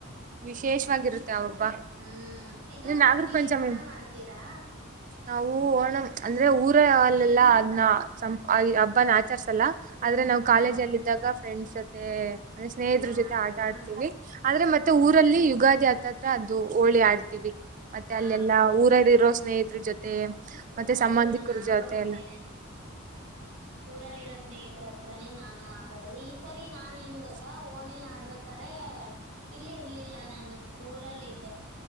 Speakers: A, on the right; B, on the right.
A: ವಿಶೇಷವಾಗಿರುತ್ತೆ ಆ ಹಬ್ಬ
B: ಹ್ಮ್ ಇದು
A: ಅಂದ್ರೆ ನಾಗರ
B: ಓಣಿ
A: ಪಂಚಮಿ
B: ಓಣ ಮಾಡ್ತೀರಾ
A: ನಾವು ಓಣ ಅಂದ್ರೆಊ ರ ಅವಲ್ಲೆಲ್ಲಾ ಅದ್ನ ಹಬ್ಬನ ಆಚಸಲ್ಲ ಆದ್ರೆ ನಾವು
B: ಹಾ
A: ಕಾಲೇಜ ಅಲ್ಲಿ ಇದ್ದಾಗ ಸ ಅಂದ್ರೆ ಸ್ನೇಹಿತರ
B: ಪಲ್ಲಾ ಮಾಡ್ತೀರಾ
A: ಜೊತೆ ಆಟ ಆಡ್ತಿೀವಿ ಆದ್ರೆ ಮತ್ತೆ
B: ಹ
A: ಊರಲ್ಲಿ ಯುಗಾದಿ ಆತ್ತತ್ರ ಅದು ಹೋಳಿ ಆಡ್ತೀವಿ ಮತ್ತೆ
B: ಹಾ
A: ಅಲ್ಲೆಲ್ಲಾ ಊರಲ್ಲಿ ಇರೋ ಸ್ನೇಹಿತರ ಜೊತೆ ಮತ್ತೆ
B: ಹೌದು
A: ಸಂಬಂಧಿಕರ
B: ನಾವು
A: ಜೊತೆ
B: ಅಂಗೇನೆ
A: ಎಲ್ಲ
B: ಊರಲ್ಲಿರೋ ಸ್ನೇಹಿತರ ಹತ್ರನೇ ನಾನು ಆಟಾಡೋದು ಈ ಸರಿ ನಾನನ್ ಏನ್
A: ಹ
B: ಗೊ ಓಣಿ ಆಡ್ಬೇಕ್ರೆ ಇಲ್ಲಿ ಇರ್ಲಿಲ್ಲ ನಾನು ಊರಲ್ಲ ಇದಿದ್ದೆ